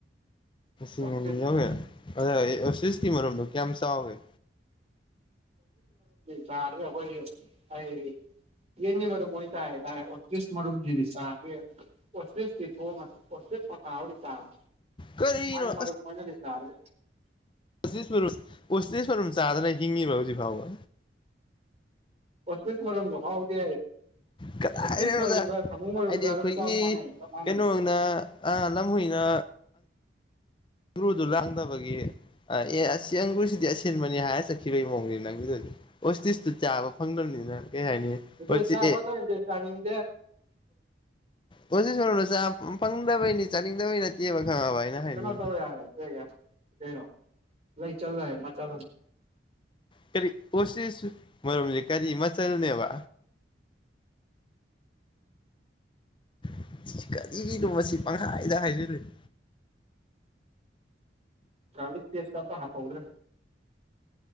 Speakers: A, on the left; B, on the right.
A: ꯃꯅꯤ
B: ꯑꯣꯁꯇ꯭ꯔꯤꯁꯇꯤ
A: ꯌꯥꯒꯦ ꯑ ꯁꯤꯁꯀꯤ ꯃꯔꯣꯗꯣ ꯀꯌꯥꯝ ꯆꯥꯎꯏꯦ
B: ꯀ ꯔꯈꯣꯏ ꯑꯩ ꯌꯦꯟꯉ ꯃꯔꯝ ꯃꯣꯏ ꯆꯥꯏꯇꯥꯔꯦ ꯑꯣꯇ꯭ꯔꯤꯁ ꯃꯔꯨꯝꯁꯤꯗꯤ ꯆꯥ ꯑꯣꯇ꯭ꯔꯤꯁꯇꯤ ꯊꯣꯡꯉ ꯄꯣꯦ ꯄꯊꯥ ꯍꯧꯗꯤ ꯆꯥꯦ
A: ꯀꯔꯤꯅꯣ
B: ꯃꯥꯏ ꯃꯔꯨꯞ ꯑꯣꯏꯅꯅꯗꯤ ꯆꯥꯗ꯭ꯔꯦ
A: ꯄꯤꯁ ꯃꯔꯨꯝ ꯄꯇꯤꯁ ꯃꯔꯨꯝ ꯆꯥꯗꯅ ꯍꯤꯡꯉꯤꯕ ꯍꯧꯖꯤꯛ ꯐꯥꯎꯕ
B: ꯍꯁꯁ ꯃꯔꯣ ꯍꯥꯎꯗꯦ
A: ꯀꯗꯥꯏꯗꯩꯅꯣꯗ
B: ꯑꯣꯁꯁ ꯃꯔ ꯎ ꯁꯃꯨ ꯃ
A: ꯍꯥꯏꯗꯤ
B: ꯎ
A: ꯑꯩꯈꯣꯏꯒꯤ
B: ꯆ ꯃꯥꯅꯦ ꯃꯥꯅꯦ
A: ꯀꯩꯅꯣꯅ ꯑꯥ ꯂꯝꯍꯨꯏꯅ ꯑꯪꯒ꯭ꯔꯨꯗꯨ ꯂꯥꯡꯗꯕꯒꯤ ꯑꯦ ꯑꯁꯤ ꯑꯪꯒ꯭ꯔꯨꯁꯤꯗꯤ ꯑꯁꯤꯟꯕꯅꯤ ꯍꯥꯏꯔ ꯆꯠꯈꯤꯕꯒꯤ ꯃꯑꯣꯡꯅꯤ ꯅꯪꯒꯤꯗꯗꯤ ꯑꯣꯁꯇꯤꯤꯁꯇ ꯆꯥꯕ ꯐꯪꯗꯕꯅꯤꯅ ꯀꯩ ꯍꯥꯏꯅꯤ
B: ꯑꯗꯨ
A: ꯑꯣꯁꯇꯤ
B: ꯆꯕꯒꯦ ꯆꯗꯦꯦ
A: ꯑꯣ ꯁꯣꯏꯅꯨꯅ ꯆ ꯐꯪꯗꯕꯩꯅꯤ ꯆꯥꯅꯤꯡꯗꯕꯩ ꯅꯠꯇꯦꯕ ꯈꯪꯉꯕ ꯑꯩꯅ ꯍꯥꯏꯅꯤꯡꯉꯤꯁꯦ
B: ꯀꯩꯅꯣ ꯇꯧ ꯌꯥ ꯀ ꯀꯩꯅꯣ ꯂ ꯆꯜꯂ ꯃꯥ ꯆ
A: ꯀꯔꯤ ꯑꯣꯁꯤꯁꯨ ꯃꯔꯝꯁꯦ ꯀꯔꯤ ꯃꯆꯜꯅꯦꯕ <unintelligible> ꯀꯔꯤꯒꯤꯅꯣ ꯃꯁꯤ ꯄꯪꯈꯥꯏꯗ ꯍꯥꯏꯖꯤꯜꯂꯤ <inaudible>
B: ꯂꯤ ꯄꯦꯁꯇ ꯍꯥꯄꯗ꯭ꯔꯦ